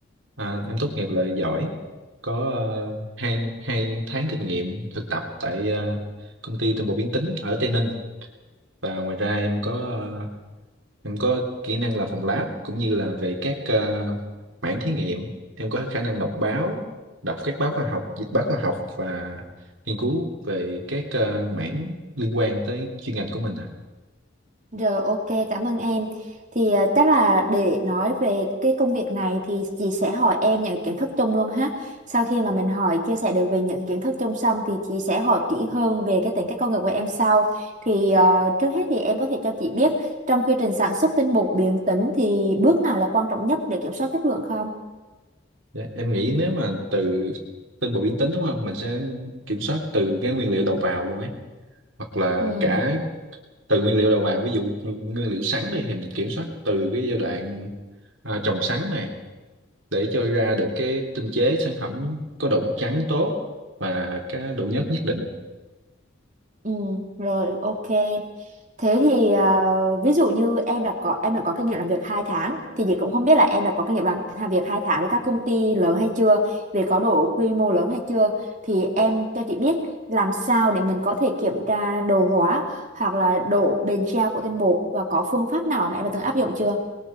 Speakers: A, on the right (about 85°); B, on the right (about 40°).
A: À, em tốt nghiệp loại giỏi, có uh, hai, hai tháng kinh nghiệm thực tập tại à, công ty tinh bột biến tính ở Tây Ninh và ngoài ra em có ờ, em có kỹ năng làm phòng lab cũng như là về các ờ, mảng thí nghiệm em có khả năng đọc báo đọc các báo khoa học dịch báo khoa học và nghiên cứu về các ờ, mảng liên quan tới chuyên ngành của mình à
B: Rồi ok, cảm ơn em. Thì à, chắc là để nói về cái công việc này thì chị sẽ hỏi em những kiến thức chung luôn ha. Sau khi mà mình hỏi chia sẻ được về những kiến thức chung xong thì chị sẽ hỏi kỹ hơn về cái tính cách con người của em sau. Thì ờ, trước hết thì em có thể cho chị biết trong quy trình sản xuất tinh bột biến tính thì bước nào là quan trọng nhất để kiểm soát chất lượng không?
A: Dạ, em nghĩ nếu mà từ tên bộ biến tính đúng không mình sẽ kiểm soát từ cái nguyên liệu đầu vào luôn ấy hoặc là
B: Ừ.
A: cả từ nguyên liệu đầu vào ví dụ nguyên liệu sắn đi thì mình kiểm soát từ cái giai đoạn à, trồng sắn này để cho ra được cái tinh chế sản phẩm có độ trắng tốt và cái độ nhớt nhất định
B: Ừ, rồi ok. Thế thì à, ví dụ như em đã có em đã có kinh nghiệm làm việc 2 tháng thì chị cũng không biết là em đã có kinh nghiệm làm, làm việc 2 tháng với các công ty lớn hay chưa, về có độ quy mô lớn hay chưa thì em cho chị biết làm sao để mình có thể kiểm tra đồ hóa hoặc là độ bền treo của tinh bột và có phương pháp nào mà em đã từng áp dụng chưa?